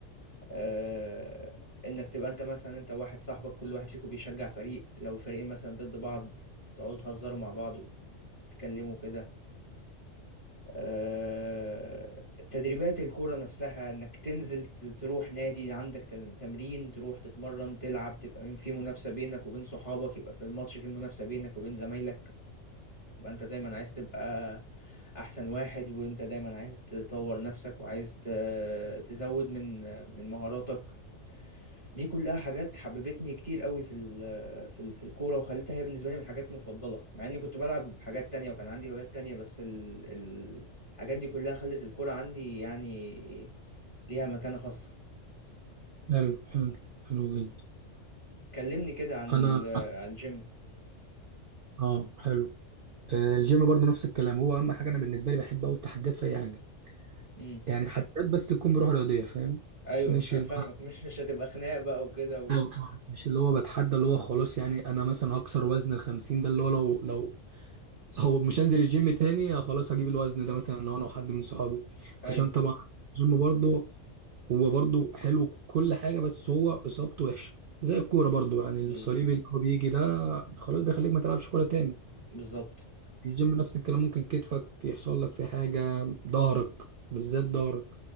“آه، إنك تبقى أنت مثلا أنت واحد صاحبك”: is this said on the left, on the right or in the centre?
Left